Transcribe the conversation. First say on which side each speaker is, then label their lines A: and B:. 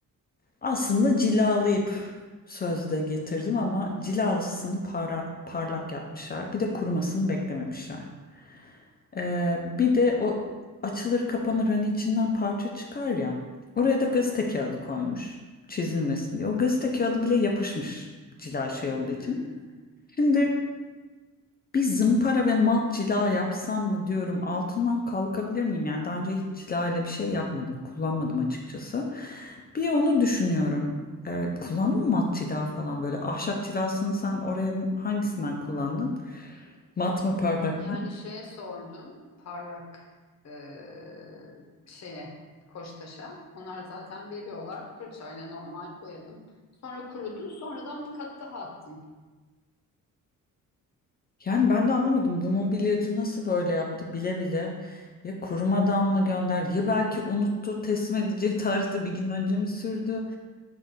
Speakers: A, on the left; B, on the left.
A: aslında cilalayıp sözde getirdim ama cilasını para, parlak yapmışlar. Bir de kurumasını beklememişler. Ee, bir de o açılır kapanır hani içinden parça çıkar ya. Oraya da gazete kağıdı koymuş çizilmesin diye. O gazete kağıdı bile yapışmış cila şey olduğu için.
B: Hmm.
A: Şimdi bir zımpara ve mat cila yapsam mı diyorum altından kalkabilir miyim? Yani daha önce hiç cila ile bir şey yapmadım kullanmadım açıkçası. Bir onu düşünüyorum. Ee, kullandın mı mat cila falan böyle ahşap cilasını sen oraya hangisinden kullandın? Mat mı parlak
B: Yani
A: mı?
B: şeye sordum parlak eee, şeye Koçtaş'a onlar zaten veriyorlar fırçayla normal boyadım. Sonra kurudu sonradan bir kat daha attım.
A: Yani ben de anlamadım bu mobilyacı nasıl böyle yaptı bile bile ya kurumadan mı gönderdi ya belki unuttu teslim edeceği <laughs> tarihte bir gün önce mi sürdü?